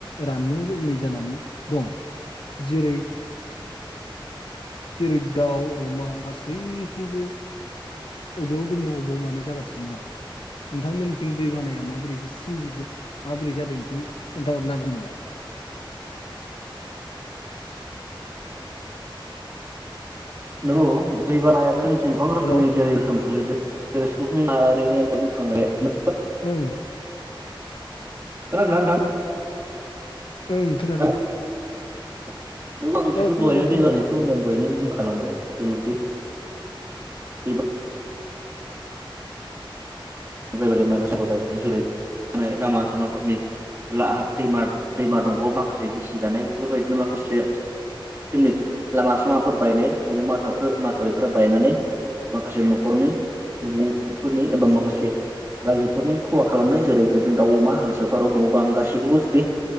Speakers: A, on the left; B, on the right.
A: राननो रोङै जानानै दं जेरै जेरै दाउ अमा गासै खौबो अबेयाव दोननो अबेयाव मानो जागासिनो दं नोंथांमोन थिं दै बानाया माबोरै सोमजि माबोरै जादों बेखौ खोन्थाहरनो हागोन नामा? <inaudible>
B: नोंगौ दै बानायाथ' जोंथि गोबां रोखोमनि
A: हेलौ
B: जेरै गोहोम गोलैदों जेरै सुबुं <unintelligible>
A: ओं
B: खोनादोंना नोंथां
A: ओं खोनादों
B: हेलौ <inaudible> <unintelligible> आं जिथु
A: ओ खोनादों
B: दहायनो
A: खोनादों
B: दैबानानि सोमोन्दै आं दहायनो बुंखालांबाय जों दि दै‌बा जायबायदि माखासेखौ जाहैबाय जेरै थानाय लामा सामाफोरनि ला दैमा दैमा दंगाव माखासे गिसि गानाय इफोरबायदिनो माखासे जोंनि लामा सामाफोर बायनाय बिदिनो माथावफोर माथावरिफोरा बायनानै माखासे नख'रनि सुबुंफोरनि एबा माखासे रायजोफोरनि खहा खालामनाय जेरैफोरबायदि दाउ अमा हांसोफोरौ न' बां गासैखौबो जुदि